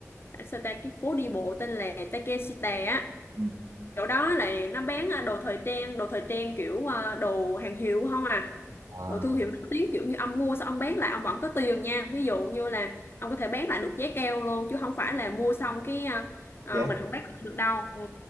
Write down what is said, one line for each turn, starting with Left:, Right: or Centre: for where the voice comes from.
Left: sao ta cái phố đi bộ tên là Takeshita á
Right: Ừ.
Left: chỗ đó là nó bán à, đồ thời trang đồ thời trang kiểu à, đồ hàng hiệu không à
Right: À,
Left: đồ thương hiệu nổi tiếng kiểu như ông mua xong ông bán lại ông vẫn có tiền nha ví dụ như là ông có thể bán lại được giá cao luôn chứ không phải là mua xong cái à, à,
Right: yeah.
Left: mình không bán lại được đâu ừ.